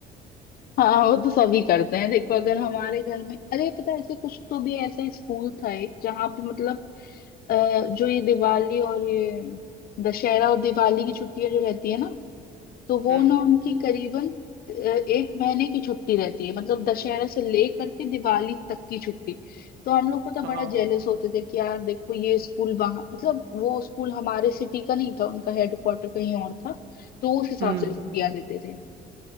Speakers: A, on the left (about 60°); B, on the right (about 80°).
A: हाँ वो तो सभी करते हैं देखो अगर हमारे घर में अरे पता है ऐसे कुछ तो भी ऐसा स्कूल था एक जहाँ पे मतलब अ, जो ये दिवाली और ये दशहरा और दिवाली की छुट्टियां जो रहती है ना तो वो
B: हम्म
A: ना उनकी करीबन अ, एक महीने की छुट्टी रहती है मतलब दशहरा से ले करके दिवाली तक की छुट्टी तो हम लोग पता
B: हाँ
A: बड़ा जेलस होते थे कि यार देखो ये स्कूल वहाँ मतलब वो स्कूल हमारे सिटी का नहीं था उनका हेडक्वार्टर कहीं और था तो उस हिसाब
B: हम्म
A: से छुट्टियां देते थे